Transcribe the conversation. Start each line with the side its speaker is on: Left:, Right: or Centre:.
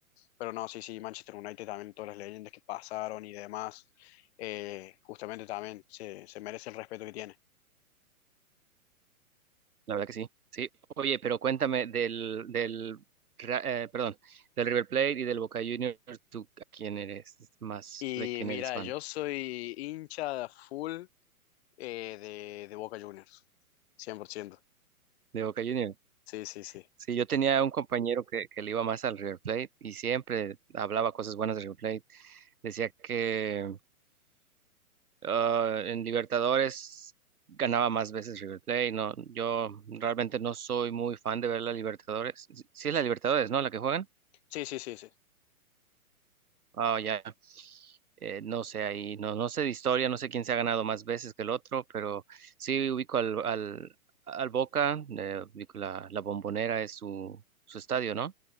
Left: pero no, sí, sí, Manchester United también, todas las leyendas que pasaron y demás, eh, justamente también se, se merece el respeto que tiene.
Right: La verdad que sí. Sí. Oye, pero cuéntame del, del, Ra- eh, perdón, del River Plate y del Boca Juniors. ¿Tú a quién eres más,
Left: Y
Right: de quién
Left: mira,
Right: eres fan?
Left: yo soy hincha full eh, de, de Boca Juniors, cien por ciento
Right: De Boca Juniors.
Left: Sí, sí, sí.
Right: Sí, yo tenía un compañero que, que le iba más al River Plate y siempre hablaba cosas buenas del River Plate. Decía que Ah, en Libertadores ganaba más veces River Plate, no, yo realmente no soy muy fan de ver la Libertadores. Sí sí es la Libertadores, ¿no? La que juegan.
Left: Sí, sí, sí, sí.
Right: Ah, ya. Eh, no sé ahí, no, no sé de historia, no sé quién se ha ganado más veces que el otro, pero sí ubico al, al, al Boca, eh, ubico la, la Bombonera es su, su estadio, ¿no?